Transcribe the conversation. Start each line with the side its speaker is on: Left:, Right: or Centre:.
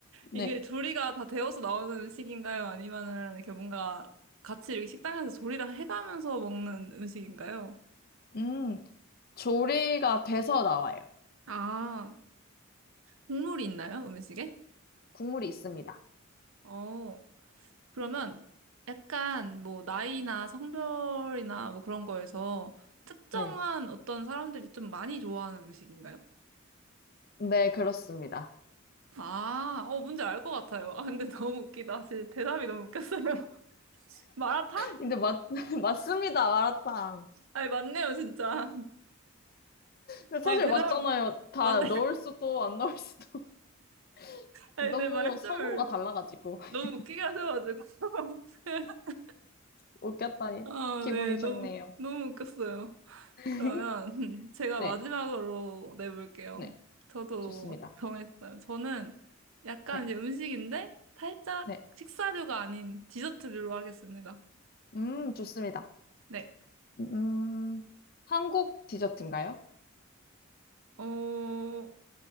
Left: 네.
Right: 이게 조리가 다 되어서 나오는 음식인가요? 아니면은 이렇게 뭔가 같이 이렇게 식당에서 조리를 해가면서 먹는 음식인가요?
Left: 음, 조리가 돼서 나와요.
Right: 아, 국물이 있나요? 음식에?
Left: 국물이 있습니다.
Right: 어, 그러면 약간 뭐 나이나 성별이나 뭐 그런 거에서 특정한
Left: 네.
Right: 어떤 사람들이 좀 많이 좋아하는 음식인가요?
Left: 네, 그렇습니다.
Right: 아, 어, 뭔지 알 것 같아요. 아, 근데 너무 웃기다. 진짜 대답이 너무 웃겼어요. <laughs> 마라탕?
Left: 근데 맞, <laughs> 맞습니다, 마라탕.
Right: 아니, 맞네요, 진짜.
Left: 근데
Right: 아니,
Left: 사실
Right: 대답,
Left: 맞잖아요. 다
Right: 맞네.
Left: 넣을
Right: <laughs>
Left: 수도 안 넣을 수도. <laughs>
Right: 아니,
Left: 너무
Right: 내 말씀을
Left: 선호가 달라가지고.
Right: 너무
Left: <laughs>
Right: 웃기게 하셔가지고. <laughs>
Left: 웃겼다니.
Right: 아,
Left: 기분이
Right: 네, 너무,
Left: 좋네요.
Right: 너무 웃겼어요.
Left: <laughs>
Right: 그러면 <laughs> 제가
Left: 네,
Right: 마지막으로 내볼게요.
Left: 네.
Right: 저도
Left: 좋습니다.
Right: 정했어요. 저는 약간
Left: 네,
Right: 이제 음식인데 살짝
Left: 네.
Right: 식사류가 아닌 디저트류로 하겠습니다.
Left: 음, 좋습니다.
Right: 네.
Left: 음, 한국 디저트인가요?
Right: 어,